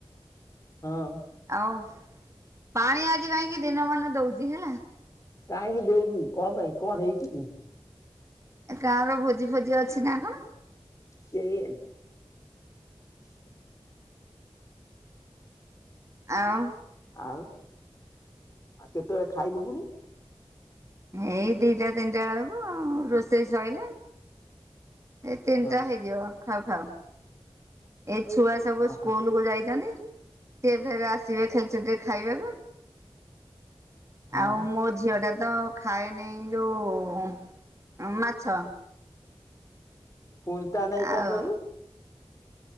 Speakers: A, on the left (about 30°); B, on the right (about 30°).
A: ହଁ।
B: ଆଉ ପାଣି ଆଜି କାହିଁକି ଦିନ ମାନ ଦୋଉଛି ହେଲା।
A: କାହିଁକି ଦୋଉଛି କଣ ପାଇଁ କଣ ହେଇଛି କି?
B: ଏ କା ର ଭୋଜି ଫୋଜି ଅଛି ନା କଣ?
A: କେଇଜାଣି। <inaudible>
B: ଆଉ।
A: ଆଉ ଆଉ କେତେ ବେଳେ ଖାଇବୁ ପୁଣି?
B: ଏଇ ଦିଟା ତିନିଟା ଏଳକୁ ଆଉ ରୋଷେଇ ସଇଲା। ଏ ତିନିଟା
A: ହଁ
B: ହେଇଯିବ ଖାଉ ଖାଉ। ଏଇ ଛୁଆ ସବୁ
A: ଓହୋ
B: ସ୍କୁଲ କୁ ଯାଇଛନ୍ତି। ସିଏ ଫେରେ ଆସିବେ ଖେଳ ଛୁଟିରେ ଖାଇବାକୁ।
A: ହଁ
B: ଆଉ ମୋ ଝିଅ ଟା ତ ଖାଏନି ଏ ଯୋଉ ମାଛ।
A: ପୁଣି ତା ନାଗି କଣ
B: ଆଉ
A: କରିବୁ?